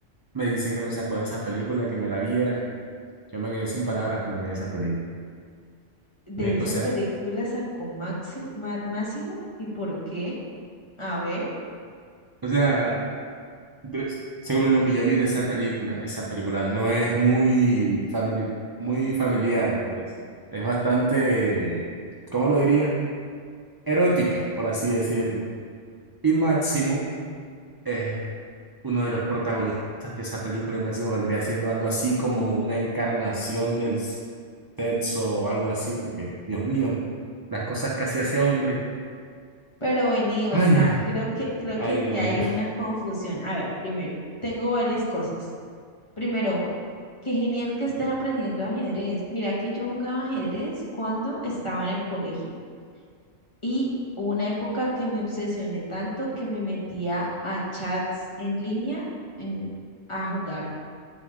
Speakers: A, on the right; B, on the left.
A: Me dice que lo sacó de esa película, que me la viera. Yo me quedé sin palabras cuando vi esa película.
B: De
A: Me-
B: esa
A: o sea,
B: película sacó Máximo, Máximo, ¿y por qué? A ver,
A: o sea, de- según lo que yo vi en esa película, esa película no es muy famili- muy familiar, pues. Es bastante, ¿cómo lo diría? Erótica, por así decirlo. Y Máximo eh, uno de los protagonistas de esa película, el máximo, vendría siendo algo así como una encarnación del sexo o algo así, porque, Dios mío, las cosas que hacía ese hombre.
B: pero vení, o
A: Ay,
B: sea, creo que, creo
A: ay,
B: que aquí
A: Dios
B: hay
A: mío.
B: una
A: <laughs>
B: confusión. A ver, primero, tengo varias cosas. Primero, qué genial que estés aprendiendo ajedrez. Mira que yo jugaba ajedrez cuando estaba en el colegio y hubo una época que me obsesioné tanto que me metía a chats en línea en- a jugar.